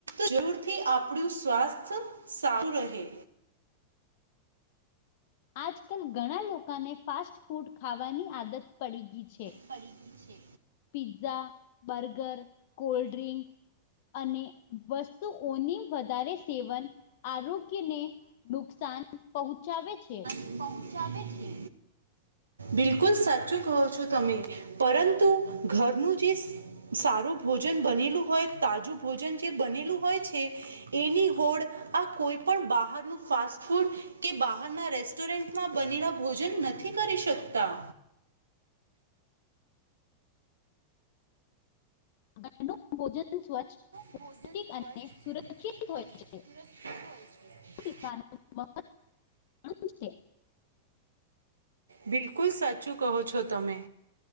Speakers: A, on the right (about 75°); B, on the left (about 50°).
A: જરૂરથી આપડું સ્વાસ્થ્ય સારું રહે
B: આજકાલ ઘણા લોકોને ફાસ્ટ ફૂડ ખાવાની આદત પડી ગઈ છે
A: ફરીથી છે
B: પિઝા બર્ગર કોલ્ડડ્રિંક અને વસ્તુઓની વધારે સેવન આરોગ્યને નુકસાન પહોંચાવે છે
A: પહોચાવે છે બિલકુલ સાચું કહો છો તમે પરંતુ ઘરનું જે સારું ભોજન બનેલું હોય તાજું ભોજન જે બનેલું હોય છે એની હોડ આ કોઈ પણ બહારનું ફાસ્ટ ફૂડ કે બહારના રેસ્ટોરન્ટ મા બનેલા ભોજન નથી કરી શકતા
B: ઘરનું ભોજન સ્વચ્છ
A: ભોજન
B: પૌષ્ટિક
A: સ્વતતિક
B: અને સુરક્ષિત હોય
A: અને
B: છે
A: સુરક્ષિત હોય છે
B: <unintelligible>
A: બિલકુલ સાચું કહો છો તમે